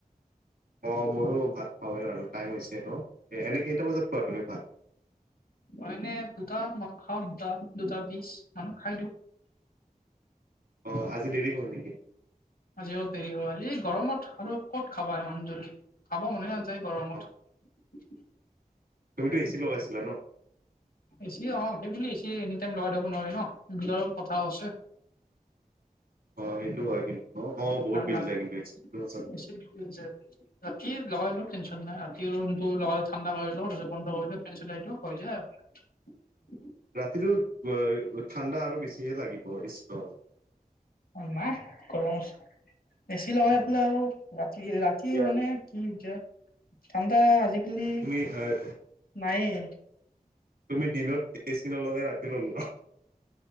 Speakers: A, on the right; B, on the left.
A: অ ময়ো ভাত খাওঁৱে আৰু টাইম হৈছে ন এনে কেইটা বজাত খোৱা তুমি ভাত
B: মানে দুটা খাও বা দুটা বিচ মানত খাই দিওঁ।
A: অ আজি দেৰি হ'ল নেকি?
B: আজিও দেৰি হল এই গৰমত আৰু ক'ত খাবা ইমান জল্দি খ। খাব মনে নাযায় গৰমত।
A: অ তুমিতো এচি লগাইছিলা ন?
B: অ সেইবুলি এচি এনি টাইম লগাই থব নোৱাৰি ন বিলৰ কথাও আছে।
A: অ সেইটো হয়। কিন্তু ন বহুত
B: অ। <unintelligible>
A: বিল যায় কিন্তু এচি সেইটো সঁচা
B: ৰাতি লগাই লওঁ টেনশ্যন নাই ৰাতি ৰুমটো লগাই ঠাণ্ডা কৰি লও তাৰ পিছত বন্ধ কৰি দিও ফেন চলাই দিও হৈ যায় আৰু। <unintelligible>
A: ৰাতিটো ব ঠাণ্ডা আৰু বেছিহে লাগিব এ চি লগালে।
B: অ নাহ গৰম আছে। এ চি লগাই এইফালে আৰু ৰাতি
A: দিয়া
B: মানে কি এতিয়া ঠাণ্ডা আজি কালি
A: তুমি আহ
B: নাই এ।
A: তুমি দিনত এ চি নলগাই ৰাতি লগোৱা।